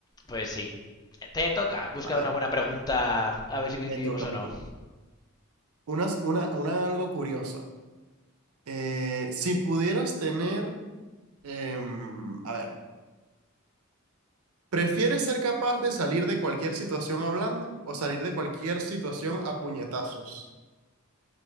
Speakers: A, on the left; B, on the right.
A: Pues sí. Te toca buscar
B: A ver,
A: una buena pregunta, a ver si coincidimos
B: me toca,
A: o
B: me
A: no.
B: toca. Unas- Una, una, algo curiosa. Eh, si pudieras tener, em, a ver, ¿prefieres ser capaz de salir de cualquier situación hablando o salir de cualquier situación a puñetazos?